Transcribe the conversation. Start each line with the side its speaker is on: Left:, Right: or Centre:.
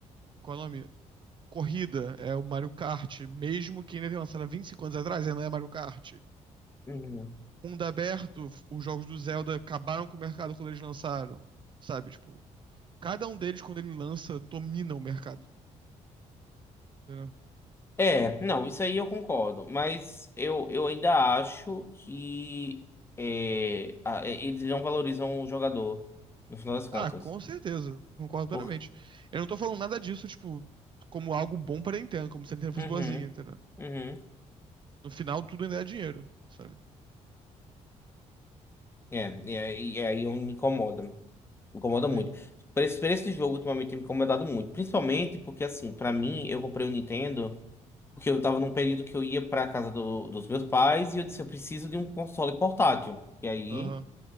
Right: qual é o nome? Corrida, é o Mario Kart, mesmo que ainda tenha lançado há 25 anos atrás, ainda é Mario Kart.
Left: Uhum.
Right: Mundo aberto, os jogos do Zelda acabaram com o mercado quando eles lançaram, sabe? Tipo, cada um deles, quando ele lança, domina o mercado, entendeu?
Left: É, não, isso aí eu concordo. Mas eu, eu ainda acho que é, a- é, eles não valorizam o jogador, no final das contas.
Right: Ah, com certeza, concordo plenamente.
Left: Por,
Right: Eu não tô falando nada disso, tipo, como algo bom pra Nintendo, como se a Nintendo fosse
Left: uhum,
Right: boazinha, entendeu?
Left: uhum.
Right: No final, tudo ainda é dinheiro, sabe?
Left: É, é, e aí eu me incomoda. Me incomoda muito.
Right: Sim,
Left: Por esse, por esse jogo, ultimamente, tem me incomodado muito. Principalmente porque, assim, pra mim, eu comprei o Nintendo porque eu tava num período que eu ia pra casa do- dos meus pais e eu disse, eu preciso de um console portátil. Porque aí,
Right: aham,